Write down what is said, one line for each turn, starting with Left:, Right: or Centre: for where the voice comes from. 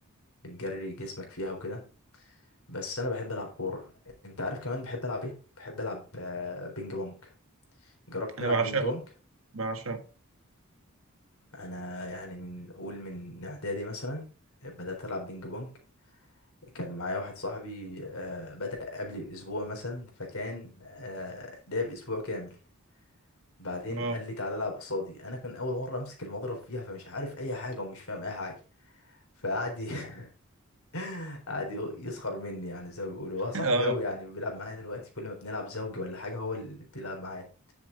Left: بتجري جسمك فيها وكده بس انا بحب العب كورة انت عارف كمان بحب العب ايه بحب العب آه، بينج بونج جربت تلعب
Right: أنا بعشقه
Left: بينج بونج
Right: بعشقه
Left: انا يعني من قول من اعدادي مثلا بدات العب بينج بونج كان معايا واحد صاحبي آه، بدأ قبلي باسبوع مثلا فكان آه، لعب اسبوع كامل بعدين
Right: اه
Left: قال لي تعالى العب قصادي انا كان اول مره امسك المضرب فيها فمش عارف اي حاجه ومش فاهم اي حاجه فقعد ي- <laughs> قعد ي- يسخر مني يعني زي ما بيقولوا
Right: <laughs>
Left: هو صاحبي
Right: اه
Left: قوي يعني بيلعب معايا دلوقتي كل ما بنلعب زوجي ولا حاجه هو اللي بيلعب معايا